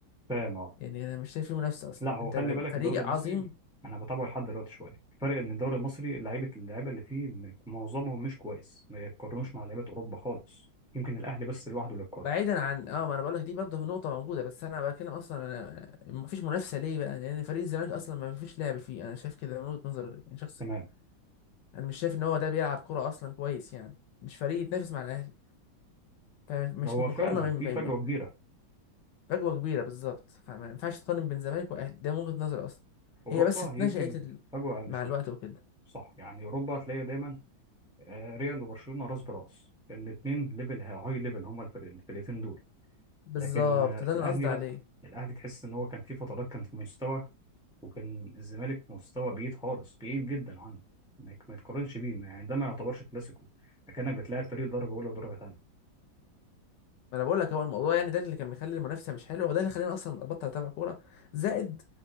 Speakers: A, in the centre; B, on the left.
A: فاهم اه
B: يعني أنا مش شايف في منافسة أصلا
A: لا هو
B: أنت
A: خلي بالك
B: فريق
A: الدوري المصري
B: عظيم
A: انا بتابعه لحد دلوقتي شويه الفرق ان الدوري المصري لعيبه اللعيبه اللي فيه م- معظمهم مش كويس ما يتقارنوش مع لعيبه اوروبا خالص يمكن الاهلي بس لوحده اللي يتقارن
B: بعيدا عن اه ما انا بقول لك دي برضه نقطه موجوده بس انا بتكلم اصلا انا ما فيش منافسه ليه بقى لان فريق الزمالك اصلا ما فيش لعب فيه انا شايف كده من وجهه نظري يعني شخصي
A: تمام
B: انا مش شايف ان هو ده بيلعب كوره اصلا كويس يعني مش فريق يتنافس مع الاهلي فمش
A: ده هو
B: مقارنه
A: فعلا
B: بين
A: في
B: بين-
A: فجوه كبيره
B: فجوه كبيره بالظبط فما ينفعش تقارن بين الزمالك والاهلي ده من وجهه نظري اصلا
A: اوروبا
B: هي بس اتنشأت
A: يمكن
B: ال...
A: فجوه اقل
B: مع
A: شويه
B: الوقت وكده
A: صح يعني اوروبا هتلاقي دايما آه، ريال وبرشلونه راس براس الاثنين ليفل هاي ليفل هما الفرق- الفرقتين دول
B: بالظبط
A: لكن آه،
B: ده اللي
A: الاهلي
B: انا قصدي
A: لا
B: عليه
A: الاهلي تحس ان هو كان في فترات كان في مستوى وكان الزمالك في مستوى بعيد خالص بعيد جدا عنه ما يك- ما يتقارنش بيه ما- يعني ده ما يعتبرش كلاسيكو اكنك بتلاعب فريق درجه اولى ودرجه ثانيه
B: ما انا بقول لك هو الموضوع يعني ده اللي كان مخلي المنافسه مش حلوه وده اللي خلاني اصلا ابطل اتابع كوره زائد